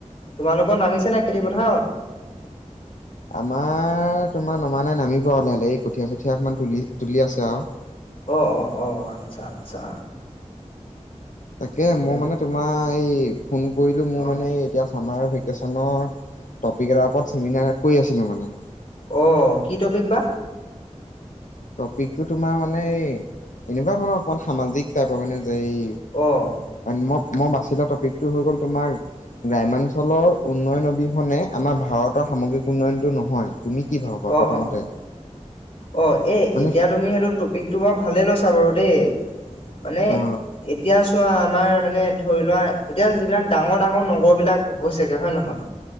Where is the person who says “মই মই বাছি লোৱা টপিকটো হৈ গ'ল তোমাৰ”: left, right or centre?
Left